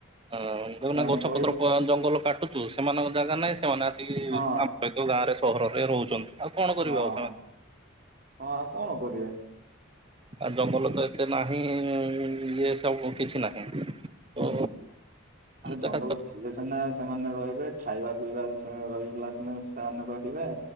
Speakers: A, on the right; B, on the right.
A: ହଁ ଦେଖନା
B: ସେମାନେ
A: ଗଛ
B: କହି
A: ପତ୍ର ଜଙ୍ଗଲ କାଟୁଛୁ ସେମାନଙ୍କ ଜାଗା ନାହିଁ ସେମାନେ ଆସିକି
B: ହଁ
A: ଆମ ନିଜ ଗାଁ ରେ ସହରରେ ରହୁଛନ୍ତି। ଆଉ କଣ କରିବେ
B: ହଁହଁ
A: ଆଉ ସେମାନେ।
B: ହଁ ଆଉ କଣ କରିବେ?
A: ଆ ଜଙ୍ଗଲ ତ ଏତେ ନାହିଁ ଇଏ ସବୁ କିଛି ନାହିଁ। ତ
B: ହୁଁ ଆରେ
A: ଦେଖା
B: ଜଙ୍ଗଲ ଥିଲେ ସିନା ସେମାନେ ରହିବେ ଖାଇବା ପିଇବାରେ ସେ ରହିଗଲା ସିନା ସେମାନେ ରହିବେ।